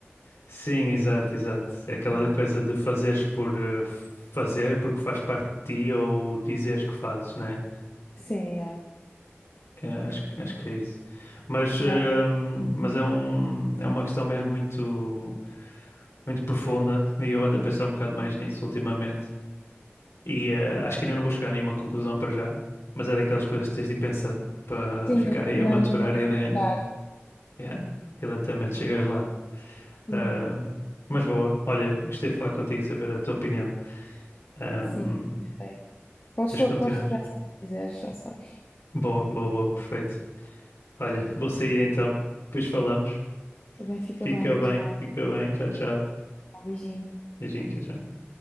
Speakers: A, on the left; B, on the left.
A: Sim, exato, exato. É aquela
B: Yeah.
A: coisa de fazeres por eh, fazer, porque faz parte de ti, ou dizeres que fazes, né?
B: Sim, yeah.
A: É, acho, que- acho que é isso. Mas,
B: Yeah.
A: hum, mas é um, é uma questão mesmo muito, muito profunda e eu ando a pensar um bocado mais nisso ultimamente. E eh, acho que ainda não vou chegar a nenhuma conclusão para já, mas é daquelas coisas que tens de ir pensando para
B: Sim,
A: ficar
B: não,
A: aí a maturar
B: não, nem tenho que
A: a ideia, né?
B: ficar.
A: Yeah. E lentamente chegas lá.
B: Sim,
A: Ahm, mas boa, olha, gostei de falar contigo, saber a tua opinião. Ahm,
B: sim, gostei. Podes,
A: depois
B: fal-
A: continuamos.
B: podes ligar se quiseres, já sabes.
A: Boa, boa, boa, perfeito. Olha, vou sair então, depois falamos.
B: Também fica
A: Fica
B: bem.
A: bem,
B: Tchau,
A: fica bem. Tchau, tchau.
B: beijinho.
A: Beijinho, tchau, tchau.